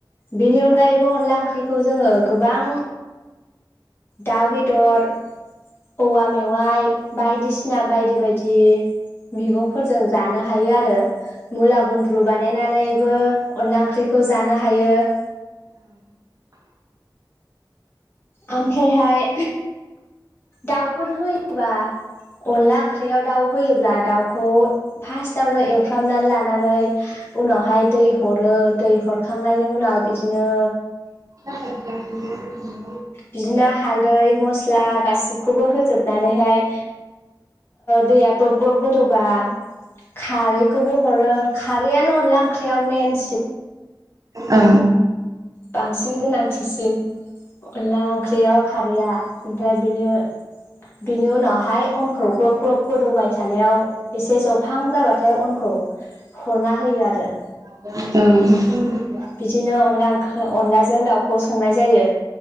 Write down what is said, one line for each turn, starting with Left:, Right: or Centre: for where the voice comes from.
Left: बेनि अनगायैबो अनला अला ओंख्रिखौ जोङो गोबां दाउ बेदर औवा मेवाइ बायदिसिना बायदि बायदि मैगंफोरजों जानो हायो आरो मुला गुन्द्रु बानायनानैबो अनला ओंख्रिखौ जानो हायो। <inaudible> ओमफ्रायहाय दाउफोर होयोबा अनला ओंख्रियाव दाउ होयोब्ला दाउखौ फार्स्टावनो एवफ्रामनानै लानो नानै उनावहाय दै हरो दै हरखांनायनि उनाव बिदिनो
Right: <inaudible>
Left: बिदिनो हालदै मस्ला गासिखौबो होजोबनानैहाय दैया ग्लब ग्लब गोदौबा खारै खौबो हरो खारैआनो अनला ओंख्रियाव मेन
Right: औ
Left: बांसिन गोनांथिसिन अनला ओंख्रियाव खारैआ ओमफ्राय बेनो बिनि उनावहाय अनखौ ग्लब ग्लब गोदौबाय थानायाव एसे जहां जाबाथाय अन खौ हरना होयो आरो
Right: औ
Left: बिदिनो अनला ओंख्रि अनलाजों दाउखौ संनाय जायो।